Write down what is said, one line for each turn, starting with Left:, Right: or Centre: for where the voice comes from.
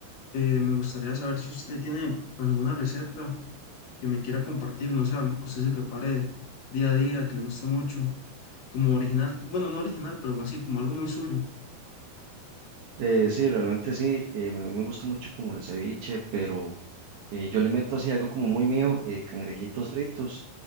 Left: eh, me gustaría saber si usted tiene alguna receta que me quiera compartir, no sé, algo que usted se prepare día a día, que le guste mucho, como original, bueno, no original, pero así, como algo muy suyo.
Right: Eh, sí, realmente sí, eh, me- a mí me gusta mucho como el ceviche, pero eh, yo le meto así algo como muy mío, eh, cangrejitos fritos,